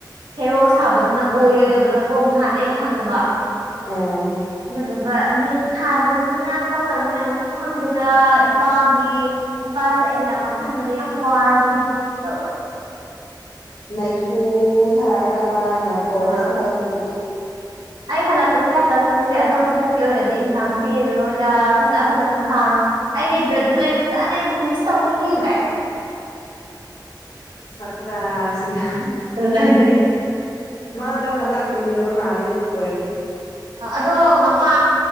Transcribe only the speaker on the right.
ꯍꯦꯔꯣ ꯁꯥꯕꯗꯨꯅ ꯑꯣꯏꯔꯣꯏꯗꯕꯗꯀꯣ ꯉꯍꯥꯟ ꯑꯩꯅ ꯍꯪꯕ
ꯑꯗꯨꯗꯨꯒ ꯅꯤꯠ ꯊꯥꯗꯕꯅꯤꯅ ꯈꯣꯠꯇꯕꯅꯤꯅ ꯑꯃꯨꯛꯁꯨ ꯐꯪꯗꯦꯗ ꯏꯄꯥꯒꯤ ꯅꯨꯄꯥꯥꯁꯦ ꯑꯩꯒꯤꯗꯃꯛ ꯈꯟꯅꯕꯗꯤ ꯌꯥꯝ ꯋꯥꯔꯕꯅꯤ ꯇꯧꯔ
ꯑꯥ
ꯑꯩ ꯍꯜꯂꯛꯄꯁꯨ ꯌꯥꯏ ꯍꯜꯂꯛꯇꯕꯁꯨ ꯌꯥꯏ ꯑꯗꯣ ꯍꯟꯗꯛꯀꯤ ꯑꯣꯏꯅꯗꯤ ꯑꯦꯛꯖꯥꯝ ꯄꯤꯔꯔꯣꯏꯗ ꯐꯖ ꯐꯖꯅ ꯊꯔꯣ ꯑꯩ ꯂꯩꯇ꯭ꯔꯗꯤ ꯅꯣꯏ ꯐꯖꯅ ꯑꯩꯕꯨ ꯃꯤꯁ ꯇꯧꯅꯤꯍꯦꯕ
ꯑꯗꯨꯅ ꯑꯩꯁꯦ
ꯑꯗꯣ ꯃꯄꯥ